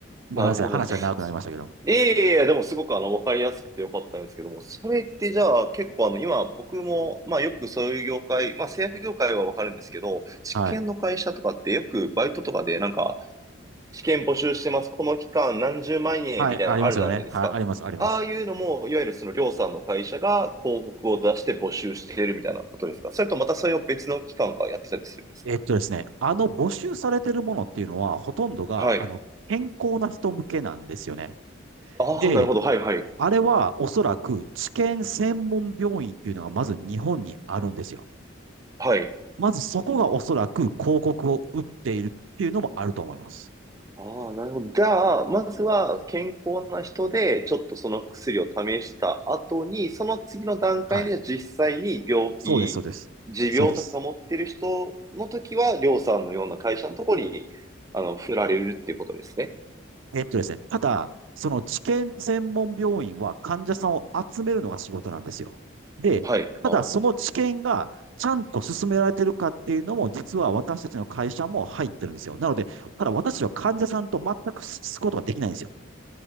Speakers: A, on the right (about 75°); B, on the right (about 15°).
A: ごめんなさい。
B: なるほどです。
A: 話は長くなりましたけど。
B: いえいえいえ、でもすごくあの、わかりやすくてよかったんですけども、それってじゃあ結構あの、今僕も、まあよくそういう業界、まあ製薬業界はわかるんですけど、試験の会社とかってよくバイトとかでなんか、
A: はい。
B: 試験募集してます、この期間何十万円みたいなのあるじゃないですか。
A: はい、ありますよね。はい、あります、あります。
B: ああいうのも、いわゆるそのりょうさんの会社が広告を出して募集しているみたいなことですかそれとまたそれを別の機関がやってたりするんですか
A: えっとですね、あの募集されてるものっていうのは、ほとんどが、
B: はい。
A: あの、健康な人向けなんですよね。
B: ああ、
A: で、
B: なるほど。はいはい。
A: あれはおそらく治験専門病院っていうのがまず日本にあるんですよ。
B: はい。
A: まずそこがおそらく広告を打っているっていうのもあると思います。
B: ああ、なるほど。じゃあ、まずは健康な人で、ちょっとその薬を試した後に、その次の段階で、
A: はい。
B: じゃあ実際に病気、
A: そうです、そうです。
B: 持病とか持ってる人の時は、
A: そうです。
B: りょうさんのような会社のところに、あの、振られるっていうことですね。
A: えっとですね、ただ、その治験専門病院は患者さんを集めるのが仕事なんですよ。で、
B: はい。
A: ただその治験がちゃんと進められてるかっていうのも、
B: あ
A: 実は私たちの会社も入ってるんですよ。なので、ただ私は患者さんと全く接すことができないんですよ。